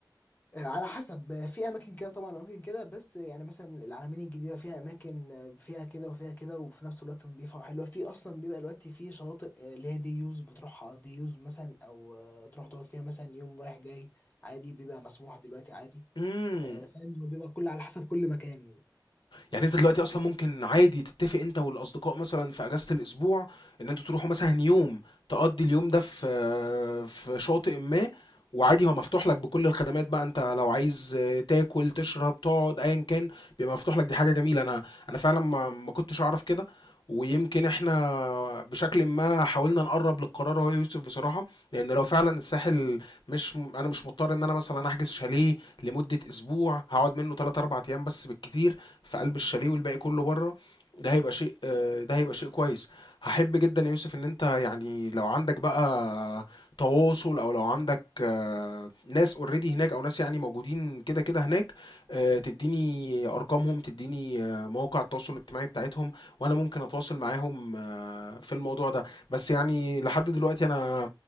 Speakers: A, on the left; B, on the left.
A: آه، على حسب آه، في اماكن كده طبعا اماكن كده بس آه، يعني مثلا العلمين الجديده فيها اماكن آه، فيها كده وفيها كده وفي نفس الوقت نظيفه وحلوه في اصلا بيبقى دلوقتي في شواطئ آه، اللي هي دي يوز بتروحها دي يوز مثلا او آه، تروح تقعد فيها مثلا يوم رايح جاي عادي بيبقى مسموح دلوقتي عادي
B: امم
A: آه، فاهم هو بيبقى كل على حسب كل مكان
B: يعني انت دلوقتي اصلا ممكن عادي تتفق انت والاصدقاء مثلا في اجازة الاسبوع ان انتوا تروحوا مثلا يوم تقضي اليوم ده في في شاطئ ما وعادي هو مفتوح لك بكل الخدمات بقى انت لو عايز تاكل تشرب تقعد ايا كان بيبقى مفتوح لك دي حاجة جميلة انا انا فعلا ما ما كنتش اعرف كده ويمكن احنا بشكل ما حاولنا نقرب للقرار هو يوسف بصراحة لان لو فعلا الساحل مش انا مش مضطر ان انا مثلا احجز شاليه لمده اسبوع هقعد منه 3 4 ايام بس بالكتير في قلب الشاليه والباقي كله بره ده هيبقى شيء آه، ده هيبقى شيء كويس هحب جدا يا يوسف ان انت يعني لو عندك بقى تواصل او لو عندك آه، ناس اوريدي هناك او ناس يعني موجودين كده كده هناك آه، تديني ارقامهم تديني آه، مواقع التواصل الاجتماعي بتاعتهم وانا ممكن اتواصل معاهم آه، في الموضوع ده بس يعني لحد دلوقتي انا